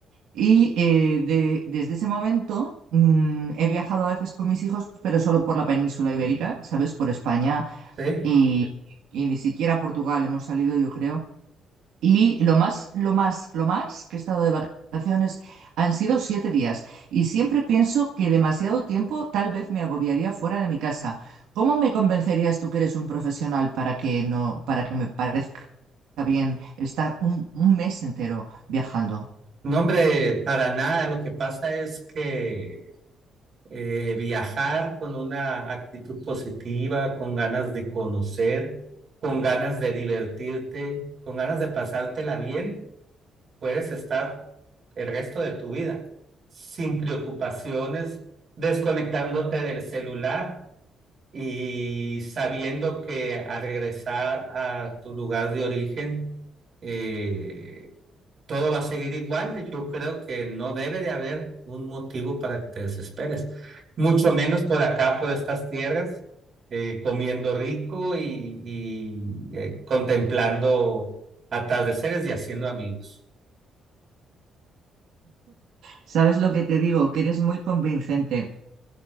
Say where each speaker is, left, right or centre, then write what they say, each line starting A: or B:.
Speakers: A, on the right (about 85°); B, on the right (about 50°).
A: y eh, de- desde ese momento mm, he viajado a veces con mis hijos, pero solo por la península ibérica, ¿sabes? Por España
B: sí.
A: y, y ni siquiera a Portugal hemos salido, yo creo. Y lo más, lo más, lo más que he estado de vacaciones han sido siete días. Y siempre pienso que demasiado tiempo tal vez me agobiaría fuera de mi casa. ¿Cómo me convencerías tú que eres un profesional para que no, para que me parezca bien estar un un mes entero viajando?
B: No, hombre, para nada. Lo que pasa es que eh, viajar con una actitud positiva, con ganas de conocer, con ganas de divertirte, con ganas de pasártela bien. puedes estar el resto de tu vida sin preocupaciones, desconectándote del celular y sabiendo que al regresar a tu lugar de origen, eh, todo va a seguir igual. Yo creo que no debe de haber un motivo para que te desesperes, mucho menos por acá, por estas tierras, eh, comiendo rico y, y, eh, contemplando atardeceres y haciendo amigos.
A: ¿Sabes lo que te digo? Que eres muy convincente.